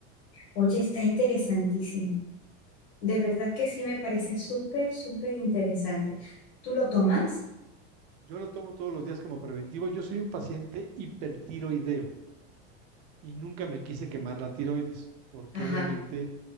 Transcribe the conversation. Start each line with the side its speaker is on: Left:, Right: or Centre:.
Left: Oye, está interesantísimo. De verdad que sí me parece súper, súper interesante. ¿Tú lo tomas?
Right: Yo lo tomo todos los días como preventivo. Yo soy un paciente hipertiroideo. y nunca me quise quemar la tiroides, porque
Left: Ajá,
Right: obviamente